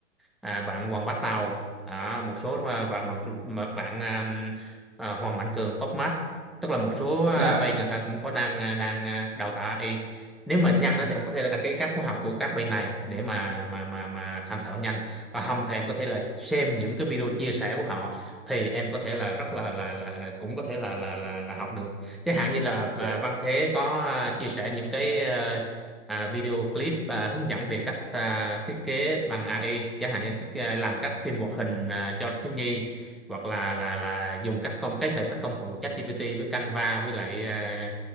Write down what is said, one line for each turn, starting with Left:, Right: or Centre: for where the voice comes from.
Centre: à, bạn Hoàng Bá Tàu à, một số và và một, số- mà bạn à, à, Hoàng Mạnh Cường Topmart tức là một số à,
Right: dạ
Centre: bên người ta cũng có đang à, đang à, đào tạo AI nếu mà nhanh á
Right: dạ
Centre: thì em có thể là đăng ký các khóa học của các bên này để mà mà mà mà thành thạo nhanh còn không thì em có thể là xem những cái video chia sẻ của họ thì em có thể là rất là là là ờ, cũng có thể là là là, là học được chẳng hạn như là à,
Right: dạ
Centre: Văn Thế có à, chia sẻ những cái ờ, à, video clip à, hướng dẫn về cách à, thiết kế bằng AI chẳng hạn như thiết kế- làm các phim hoạt hình à, cho thiếu nhi hoặc là là là dùng các công kết hợp các công cụ ChatGPT với Canva với lại à,